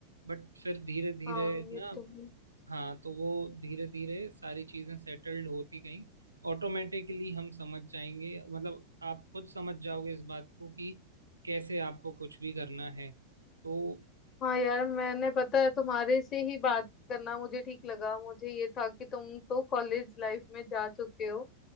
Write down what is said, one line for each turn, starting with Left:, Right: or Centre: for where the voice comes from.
Right: बट फिर धीरे धीरे
Left: हाँ ये
Right: ना
Left: तो है
Right: हाँ तो वो धीरे धीरे सारी चीजें सेटल्ड होती गई ऑटोमेटिकली हम समझ जाएंगे मतलब आप खुद समझ जाओगे इस बात को कि कैसे आपको कुछ भी करना है तो
Left: हाँ यार मैंने पता है तुम्हारे से ही बात करना मुझे ठीक लगा मुझे ये था कि तुम तो कॉलेज लाइफ में जा चुके हो